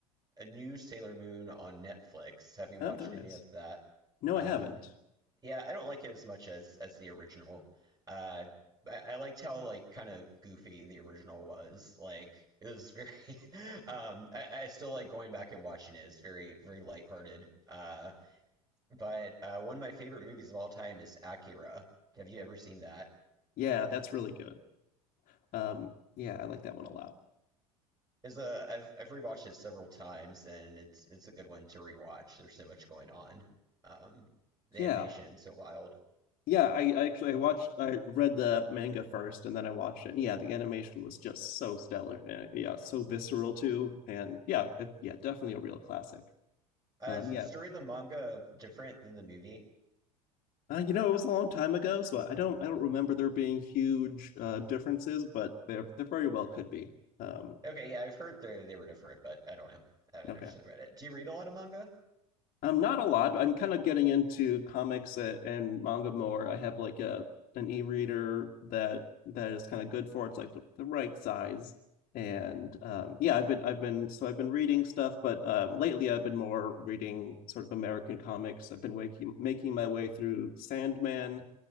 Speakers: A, on the right; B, on the left.
A: a new Sailor Moon on Netflix. Have you
B: Oh,
A: watched
B: there
A: any
B: is.
A: of that?
B: No,
A: Um,
B: I haven't.
A: yeah, I don't like it as much as as the original. Uh, I, I liked how like kind of goofy the original was. Like it was very. <laughs> um, I, I still like going back and watching it. It's very very lighthearted. Uh, but uh, one of my favorite movies of all time is Akira. Have you ever seen that?
B: Yeah, that's really good. Um, yeah, I like that one a lot.
A: Is a I've I've rewatched it several times and it's it's a good one to rewatch. There's so much going on. Um, the
B: Yeah.
A: animation's so wild.
B: Yeah, I, I actually I watched I read the manga first and then I watched it. And yeah, the animation was just so stellar and yeah, so visceral too. And yeah, it, yeah, definitely a real classic.
A: Uh,
B: Um,
A: is
B: yeah.
A: the story of the manga different than the movie?
B: Uh, you know, it was a long time ago, so I don't I don't remember there being huge uh differences, but there there very well could be. Um,
A: Okay, yeah, I've heard they they were different, but I don't know. I haven't
B: okay.
A: actually read it. Do you read a lot of manga?
B: Um, not a lot. I'm kind of getting into comics uh, and manga more. I have like a an e-reader that that is kind of good for it. It's like the, the right size. And um, yeah, I've been I've been so I've been reading stuff, but um, lately I've been more reading sort of American comics. I've been waking making my way through Sandman,